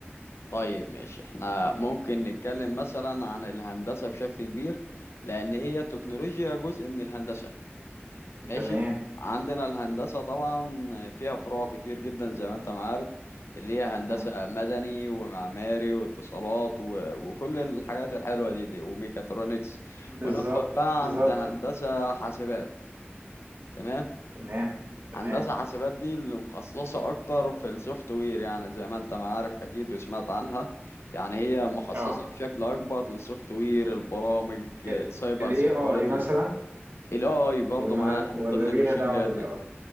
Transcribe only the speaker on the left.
طيب ماشي احنا ممكن نتكلم مثلا عن الهندسة بشكل كبير لأن هي التكنولوجيا جزء من الهندسة ماشي
عندنا الهندسة طبعا فيها فروع كتير جدا زي ما أنت ما عارف اللي هي هندسة
مدني ومعماري واتصالات و... وكل الحاجات الحلوة دي دي وميكاترونكس
وندخل بقى
عند هندسة حاسبات تمام
هندسة حاسبات دي اللي مخصصة أكتر في السوفت وير يعني زي ما أنت ما عارف أكيد وسمعت عنها يعني هي مخصصة
بشكل أكبر للسوفت وير البرامج
سايبر
سيكيورتي
ال AI برضه
معانا من
ضمن
الماشين
ليرنينج